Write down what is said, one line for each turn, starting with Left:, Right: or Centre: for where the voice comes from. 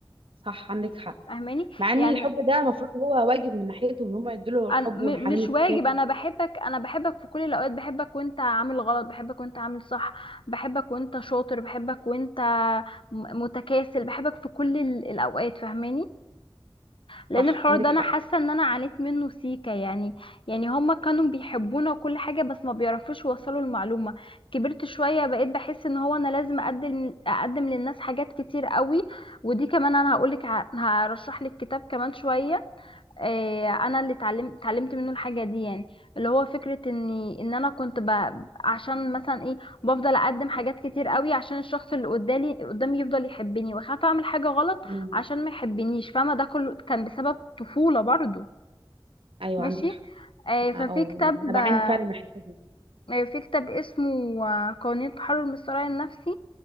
Right: صح عندك حق
Left: فاهماني
Right: مع ان
Left: يعني
Right: الحب ده المفروض هو واجب من ناحيته ان هم يدوا له الحب
Left: أنا م-
Right: والحنان
Left: مش
Right: الكافي
Left: واجب انا بحبك انا بحبك في كل الاوقات بحبك وانت عامل غلط بحبك وانت عامل صح بحبك وانت شاطر بحبك وانت م- متكاسل بحبك في كل ال- الاوقات فاهماني لان
Right: صح
Left: الحوار
Right: عندك
Left: ده انا
Right: حق
Left: حاسه ان انا عانيت منه سيكا يعني يعني هما كانوا بيحبونا وكل حاجه بس ما بيعرفوش يوصلوا المعلومه كبرت شويه بقيت بحس ان هو انا لازم اقدم اقدم للناس حاجات كتير قوي ودي كمان انا هقولك ع- هرشح لك كتاب كمان شويه آه، انا اللي اتعلمت اتعلمت منه الحاجه دي يعني اللي هو فكره اني ان انا كنت ب... عشان مثلا ايه بفضل اقدم حاجات كتير قوي عشان الشخص اللي قدامي قدامي يفضل يحبني واخاف اعمل حاجه غلط
Right: مم.
Left: عشان ما يحبنيش فاهمه ده كله كان بسبب طفوله برضو
Right: ايوه
Left: ماشي
Right: عندك حق
Left: آه، ففي
Right: اه
Left: كتاب
Right: يعني انا بعاني
Left: آه،
Right: فعلا من الحته دي
Left: في كتاب اسمه آه، قوانين التحرر من الصراع النفسي